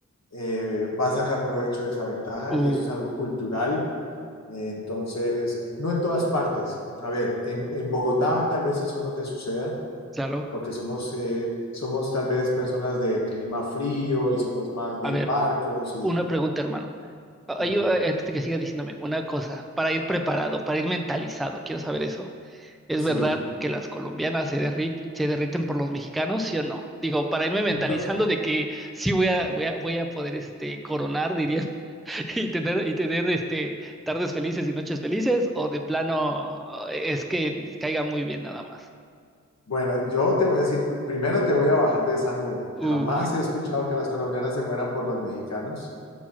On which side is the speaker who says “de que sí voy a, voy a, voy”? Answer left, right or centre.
Centre